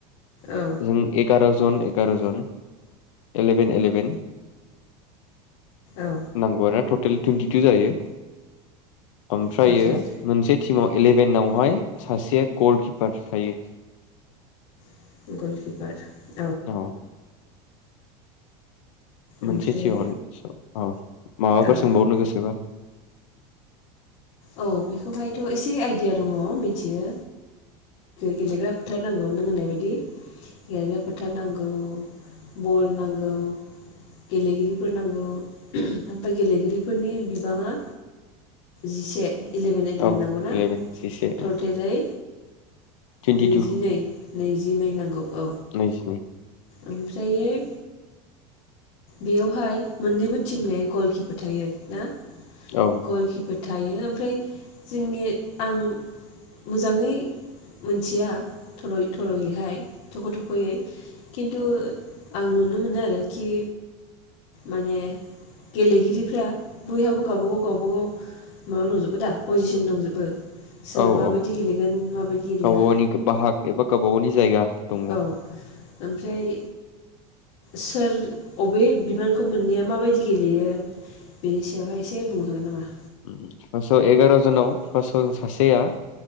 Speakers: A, on the left; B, on the left.
A: औ
B: जों एगार'स जन एगार' जन एलेभेन एलेभेन
A: औ
B: नांगौ आनो थ' टेल टुइन्टिटु जायो ओमफ्रायो
A: टटेल
B: मोनसे टिमाव इलेभेनावहाय सासे गलकिपारस थायो
A: <unintelligible>
B: अ मोनसे
A: ओमफ्राय
B: <unintelligible> ओ माबाफोर
A: औ
B: सोंबावनो गोसोबा
A: औ बेखौहायथ' एसे आइडिया दङ मिथियो गेलेग्रा फोथार नांगौ नों होननाय बायदि गेलेग्रा फोथार नांगौ बल नांगौ गेलेगिरिफोर नांगौ ओमफाय गेलेगिरिफोरनि बिबाङा जिसे <unintelligible> इलेभेन एलेभेन
B: औ
A: नांगौ ना
B: इलेभेन जिसे
A: टटेलै
B: टुइन्टिटु
A: नैजिनै नैजि नै नांगौ औ
B: नैजिनै
A: ओमफ्रायै बेयावहाय मोननैबो टिमनि गलकिपार थायो ना?
B: औ
A: गलखिपार थायो ओमफ्राय जोंनि आं मोजाङै मिथिया थर'यैहाय थख' थख'यै खिन्थु आं नुनो मोनो आरोखि माने गेलेगिरिफ्रा बयहाबो गावबा गाव गावबागाव माबा दंजोबो दा पजिसन दंजोबो सोर
B: औ
A: माबायदि
B: औ
A: गेलेगोन माबायदि गेलेया
B: गावबा गावनि गो बाहाग एबा गावबा गावनि जायगा दङ
A: औ ओमफ्राय सोर अबे बिबानखौ मोननाया माबायदि गेलेयो? बेनि सायावहाय एसे बुंनो हागोन नामा?
B: उम फासाव एगार' जनाव फासाव सासेया